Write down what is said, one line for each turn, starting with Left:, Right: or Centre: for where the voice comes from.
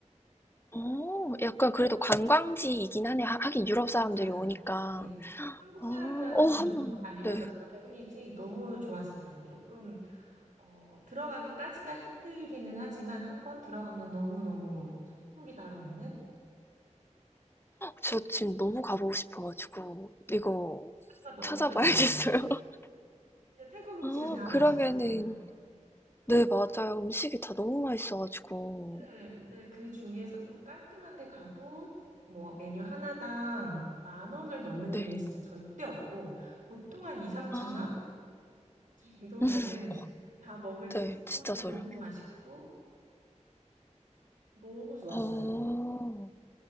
Left: 어. 약간 그래도 관광지이긴
Right: 음,
Left: 하네 하 하긴 유럽 사람들이
Right: 맞아요.
Left: 오니까.
Right: 네. 한국
Left: 어.
Right: 사람들한테는
Left: 어 한번
Right: 좀 잘 알려졌다
Left: 네.
Right: 뿐이지 너무 좋았어요. 조금 어, 들어가기까지가 힘들기는 하지만 한번 들어가면 너무너무 천국이 다로 없는?
Left: 저 지금 너무 가 보고 싶어 가지고 이거
Right: 태국 너무
Left: 찾아봐야겠어요.
Right: 저렴해요.
Left: <laughs>
Right: 진짜 태국 음식은
Left: 아
Right: 다
Left: 그러면은
Right: 맛있잖아요.
Left: 네 맞아요. 음식이 다 너무 맛있어 가지고.
Right: 네, 네, 그 중에서 좀 깔끔한 데 가도 뭐 메뉴 하나당 만 원을 넘는
Left: 네.
Right: 일은 진짜 절대 없고 보통 한 2, 3천
Left: 아.
Right: 원 정도면은
Left: <laughs>
Right: 다 먹을
Left: 네.
Right: 수 있고
Left: 진짜
Right: 근데
Left: 저라면.
Right: 너무 맛있고 너무 좋았어요.
Left: 어.